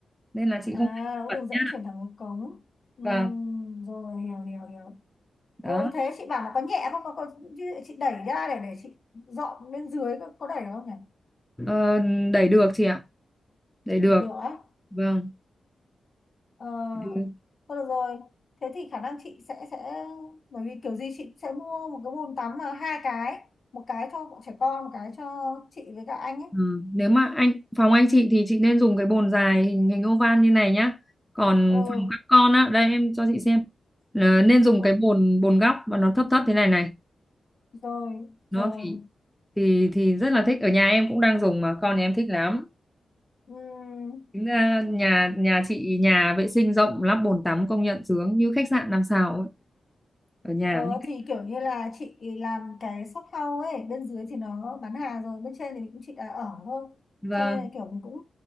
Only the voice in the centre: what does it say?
nên là chị
không phải
bật
nhá
vâng
đó
ờ, đẩy được chị ạ đẩy được
vâng
ừ.
Ừ. nếu mà anh phòng anh chị thì chị nên dùng cái bồn dài hình hình oval như này nhá còn
phòng các con á đây em cho chị xem là nên dùng
cái bồn bồn góc và nó thấp thấp thế này này
nó
thì thì thì rất là thích ở nhà em cũng đang dùng mà con nhà em thích lắm
Tính ra nhà nhà chị nhà vệ sinh rộng lắp bồn tắm công nhận sướng như khách sạn năm sao ấy, ở nhà.
Vâng,